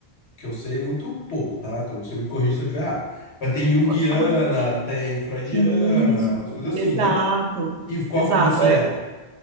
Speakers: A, on the left; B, on the right.
A: que eu sei muito pouco, tá? Então você me corrige se eu estiver errado. Mas tem junguiana,
B: Pode falar.
A: tem freudiana,
B: Isso,
A: umas coisas
B: exato,
A: assim, né? E qual
B: exato.
A: que você
B: É,
A: é?